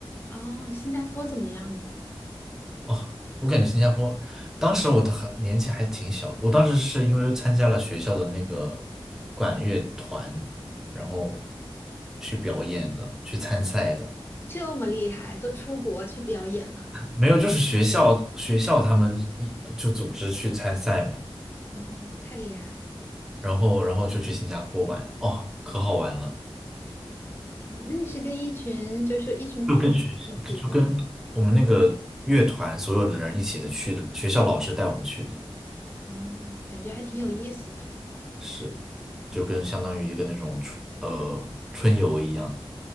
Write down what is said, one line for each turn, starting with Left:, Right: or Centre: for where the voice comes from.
Left: 哦，新加坡怎么样啊？
Centre: 哦，我感觉新加坡当时我的很年纪还挺小的，我当时是因为参加了学校的那个管乐团，然后去表演的，去参赛的。
Left: 这么厉害，都出国去表演了。
Centre: 没有，就是学校学校他们一就组织去参赛嘛，
Left: 哦，太厉害了。
Centre: 然后然后就去新加坡玩，哦，可好玩了，
Left: 哦，那你是跟一群就是一群朋友一起的吗？
Centre: 就跟学校就就跟我们那个乐团所有的人一起的去的嘛，学校老师带我们去的，
Left: 哦，感觉还挺有意思的。
Centre: 是，就跟相当于一个那种春呃春游一样